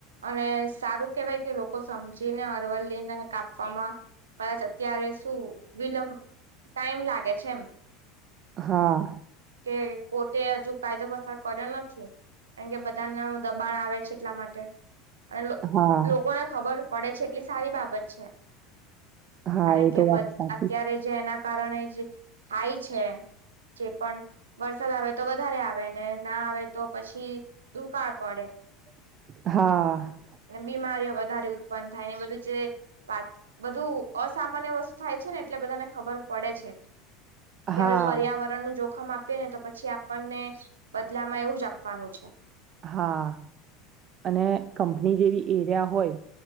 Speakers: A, on the right; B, on the right.
A: અને સારું કેવાય કે લોકો સમજીને અરવલ્લીને કાપવામાં કદાચ અત્યારે શું વિલંબ ટાઈમ લાગે છે એમ
B: હા
A: કે કોર્ટે હજુ કાયદો પસાર કર્યો નથી કારણ કે બધા ન દબાણ આવે છે એટલા માટે અને
B: હા,
A: લોકોને ખબર પડે છે એટલી સારી બાબત છે.
B: હા,
A: કારણ
B: એ
A: કે
B: તો વાત સાચી.
A: અત્યારે જે એના કારણે થાય છે, જે પણ વરસાદ આવે તો વધારે આવે ને ના આવે તો પછી દુકાળ પડે.
B: હા
A: અને બીમારીઓ વધારે ઉત્પન્ન થાય ને એ બધું જે વાત બધું અસામાન્ય વસ્તુ થાય છે. છે ને એટલે બધાને ખબર પડે છે કે,
B: હા,
A: આપ પર્યાવરણ નું જોખમ આપ આપ ને તો પછી આપણને બદલામાં એવું જ આપવાનું છે.
B: હા અને કંપની જેવી એરિયા હોય